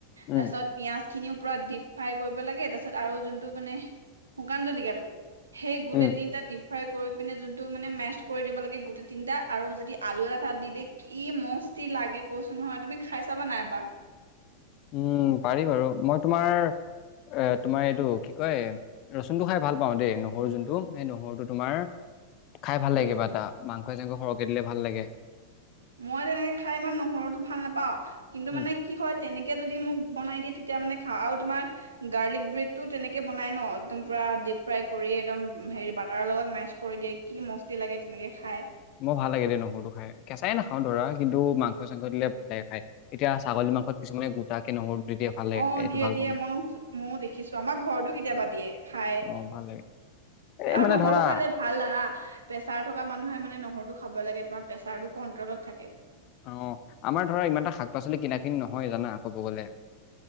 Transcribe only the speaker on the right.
তাৰপিছত পিঁয়াজ খিনিও পুৰা ডিপ ফ্ৰাই কৰিব লাগে তাৰপিছত আৰু যোনটো মানে শুকান জলকীয়াটো সেই গোটেই
তিনিটা দি ফ্ৰাই পিনে যোনটো মানে মেচ কৰি দিব লাগে গোটেই তিনিটা আৰু যদি আলু এটা দি দিয়ে কি মস্তি লাগে কৈছোঁ নহয়, তুমি খাই চাবা না এবাৰ।
উম
মই তেনেকে খাই ইমান নহৰুটো ভাল নেপাওঁ। কিন্তু
মানে কি হয়, তেনেকে যদি মোক বনাই দিয়ে তেতিয়া মানে খাওঁ। আৰু তোমাৰ গাৰ্লিক ব্ৰেডটো তেনেকে বনাই ন একদম পুৰা ডিপ ফ্ৰাই কৰি একদম উম হেৰি বাটাৰৰ লগত মেছ কৰি দিয়ে কি মস্তি লাগে তেনেকৈ খায়।
অ
দিয়ে
দিয়ে
মইও ময়ো দেখিছো আমাৰ ঘৰতো কেতিয়াবা দিয়ে খাই
আৰু
নহৰু
খালে ভাল লাগা, প্ৰেছাৰ থকা মানুহে মানে নহৰুটো খাব লাগে তোমাৰ প্ৰেছাৰটো কন্ট্ৰলত থাকে।